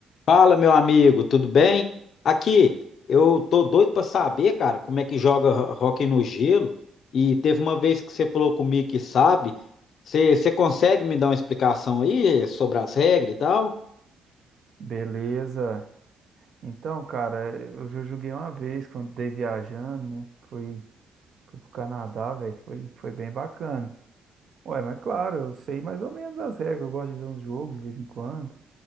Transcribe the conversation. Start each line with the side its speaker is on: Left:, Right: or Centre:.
Left: Fala, meu amigo, tudo bem? Aqui, eu tô doido pra saber, cara, como é que joga ho- hóquei no gelo. E teve uma vez que você falou comigo que sabe. Você você consegue me dar uma explicação aí eh, sobre as regras e tal?
Right: Beleza. Então, cara, eu já joguei uma vez quando dei viajando, né? Fui, fui pro Canadá, velho. Foi, foi bem bacana. Ué, mas claro, eu sei mais ou menos as regras. Eu gosto de ver uns jogos de vez em quando.